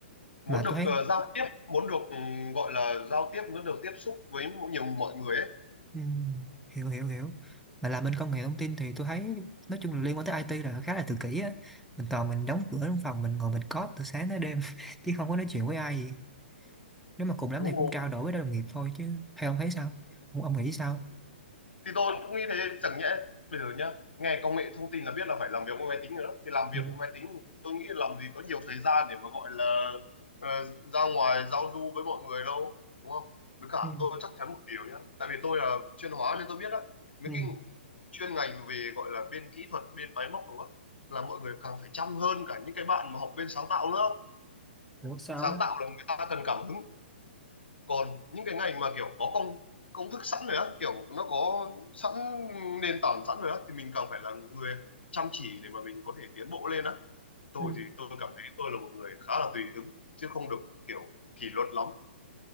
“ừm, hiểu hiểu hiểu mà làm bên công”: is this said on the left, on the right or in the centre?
Centre